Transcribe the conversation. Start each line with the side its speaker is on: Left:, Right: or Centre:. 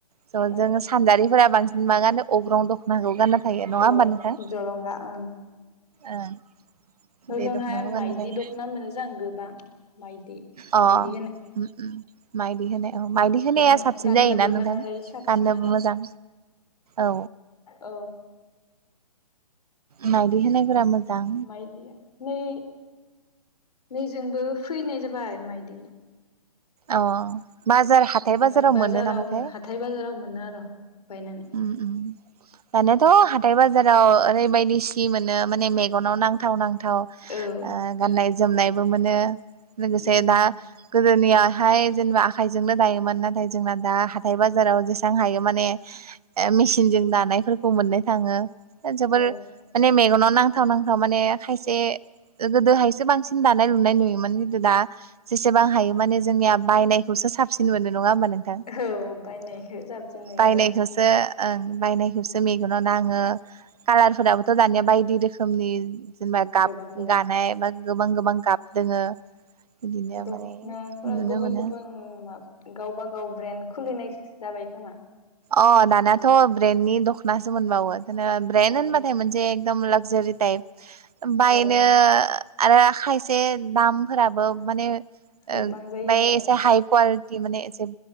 Right: जों
Left: औ
Right: सानजारिफोरा बांसिन मा गानो अग्रं दख'नाखौ गानना थायो नङा
Left: औ
Right: होमबा नोंथां
Left: जलंगा ओं
Right: ओं
Left: ओजोंहाय
Right: बे दख'नाखौ गानना
Left: माइदि
Right: थायो
Left: दख'ना मोनोस आं गोबां माइदि
Right: अ
Left: माइदि
Right: माइ मायदि होनाय औ मायदि
Left: होनाय
Right: होनाया साबसिन
Left: गाननोबो
Right: जायोना नोंथां
Left: मोजां जायो साबसिन
Right: गाननोबो
Left: आरो
Right: मोजां औ
Left: औ
Right: मनायदिहोनायफोरा मोजां
Left: मायदिया नै नैजोंबो फैनाय जाबाय माइदि
Right: अ बाजार हाथाय
Left: मोन बाजाराव
Right: मोनो नामाथाय
Left: हाथाय बाजाराव मोनो आरो' बायनानै
Right: उम उम दानाथ' हाथाय बाजाराव ओरैबायदि सिनि मोनो माने मेगनाव नांथाव नांथाव थाव
Left: औ
Right: गाननाय जोमनायबो मोनो लोगोसे
Left: उम
Right: दा गोदोनिया हाय जेनेबा आखायजोंनो दायोमोन नाथाय जोंना दा हाथाय बाजाराव जेसां हायो माने मेसिनजों दानायफोरखौ मोननो थाङो जोबोर
Left: औ
Right: माने मेगनाव नांथाव नांथाव माने खायसे गोदोहायसो बांसिन दानाय लुनाय नुयोमोन खिन्थु दा जेसेबां हायो माने जोंनिया बायनायखौसो साबसिन मोनो नङाहमबा नोंथां
Left: औ बायनायखौ साबसिन नुयो
Right: बायनायखौसो
Left: आरो
Right: बायनायखौसो मेगनाव न आङो कालारफोराबो थ दानिया बायदि रोखोमनि जेनेबा गाब
Left: गोबां गोबां
Right: गानाय बा गोबां गोबां गाब दोङो बिदिनो
Left: दख'नाफोरा
Right: माने नुनो
Left: गुबुन
Right: मोनो
Left: गुबुन म गावबा गाव ब्रेन्ड खुलिनाय जाबाय खोमा
Right: अ दानाथ'
Left: गुबुन गुबुन
Right: ब्रेन्दनि दखना सोमोनबावो जेनबा ब्रेेन
Left: औ
Right: होनबाथाय मोनसे एखदमबारे लागजारि टाइप बायनो
Left: औ
Right: आरो खायसे दामफोराबो माने ओमफ्राय
Left: गोबां जायो आरो
Right: एसे हाइ कुवालिटि माने एसे